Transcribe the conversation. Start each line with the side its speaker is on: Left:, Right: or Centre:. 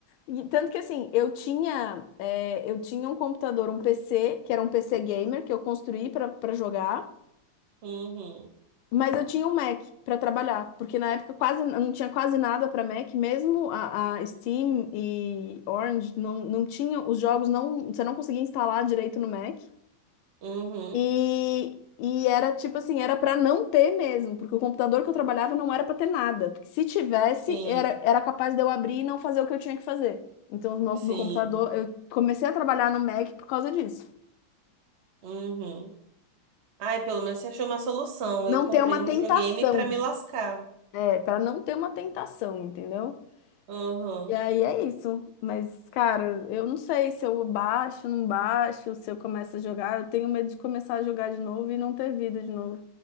Left: E tanto que, assim, eu tinha, é, eu tinha um computador, um PC, que era um PC gamer, que eu construí pra, pra jogar.
Right: uhum,
Left: Mas eu tinha um Mac para trabalhar, porque na época quase não tinha quase nada para Mac, mesmo a, a Steam e Orange não, não tinham os jogos não, você não conseguia instalar direito no Mac.
Right: uhum,
Left: E, e era tipo assim, era para não ter mesmo, porque o computador que eu trabalhava não era para ter nada, porque se tivesse,
Right: sim,
Left: era, era capaz de eu abrir e não fazer o que eu tinha que fazer. Então, o meu,
Right: sim,
Left: meu computador, eu comecei a trabalhar no Mac por causa disso.
Right: uhum. Ai, pelo menos você achou uma solução.
Left: Não
Right: Eu comprei
Left: ter uma tentação,
Right: um videogame pra me lascar.
Left: é, para não ter uma tentação, entendeu?
Right: Uhum,
Left: E aí é isso. Mas, cara, eu não sei se eu baixo, não baixo, se eu começo a jogar. Eu tenho medo de começar a jogar de novo e não ter vida de novo.